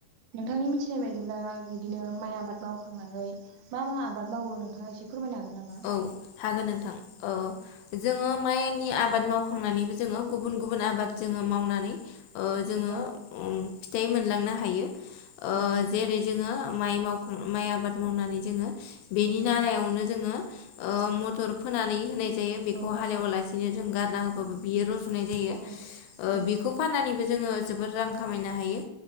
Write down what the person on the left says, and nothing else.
औ हागोन नोंथां औ जोङो माइनि आबाद मावखांनानैबो जोङो गुबुन गुबुन आबाद जोङो मावनानै जोङो
फिथाइ मोनलांनो हायो
जेरै जोङो माइ मावखां माइ आबाद मावनानै जोङो बेनि
नारायावनो जोङो मथर फोनानै होनाय जायो बेखौ
हालेवालासिनो। जों गारना होबाबो बियो रज'यो। फुनाय जायो
बेखौ फाननानैबो जोङो जोबोर रां खामायनो हायो।